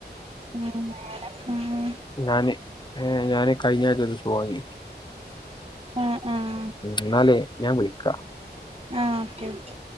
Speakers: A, on the right; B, on the left.
A: ഇങ്ങനെ മേലെ ആഹ്
B: ഞാന് ഏഹ് ഞാന് കഴിഞ്ഞായ്ച ഒരൂസം വാങ്ങി
A: ആഹ് ആഹ്
B: ഇന്നാലേ ഞാൻ വിളിക്കാ.
A: ആഹ് ഓക്കേ ഓക്കേ